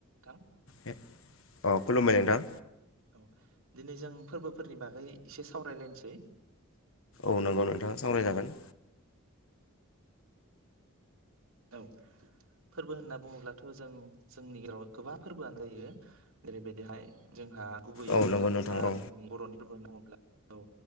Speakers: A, on the right; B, on the left.
A: थां
B: औ खुलुमबाय नोंथां
A: औ दिनै जों फोरबोफोरनि बागै एसे सावरायलायनोसै
B: औ नंगौ नोंथाङा सावरायजागोन
A: औ फोरबो होनना बुङोब्लाथ' जों जोंनि गेजेराव गोबां फोरबोआनो जायो जेरैबायदिहाय जोंहा गुबैयै
B: औ
A: बुंनो
B: नंगौ
A: थाङोब्ला
B: नोंथां औ
A: जोंनि बर'नि फोरबो होना बुङोब्ला औ